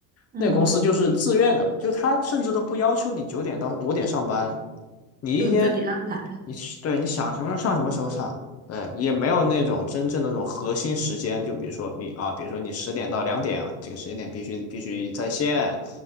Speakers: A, on the right; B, on the left.
A: 嗯嗯嗯，
B: 那个公司就是自愿的嘛，就他甚至都不要求你九点到五点上班，你一天，
A: 就你自己安排。
B: 你对你想什么时候上什么时候上，对，也没有那种真正的那种核心时间，就比如说你啊，比如说你十点到两点啊，这个时间点必须必须在线，